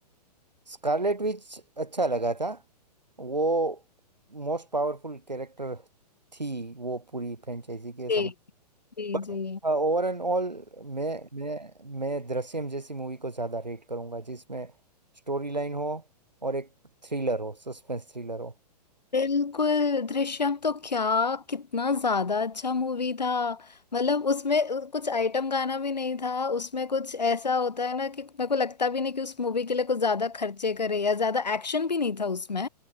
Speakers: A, on the right (about 85°); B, on the left (about 80°).
A: स्कारलेट विच अच्छा लगा था वो मोस्ट पावरफुल कैरेक्टर थी वो पूरी फ्रेंचाइजी के
B: जी
A: समझ
B: जी
A: बट
B: जी
A: हाँ, ओवर एंड ऑल मैं मैं मैं दृश्यम जैसी मूवी को ज़्यादा रेट करूंगा जिसमें स्टोरी लाइन हो और एक थ्रिलर हो सस्पेंस थ्रिलर हो
B: बिल्कुल दृश्यम तो क्या कितना ज्यादा अच्छा मूवी था मतलब उसमें कुछ आइटम गाना भी नहीं था उसमें कुछ ऐसा होता है ना कि मेरे को लगता भी नहीं कि उस मूवी के लिए कुछ ज्यादा खर्चे करे या ज्यादा एक्शन भी नहीं था उसमें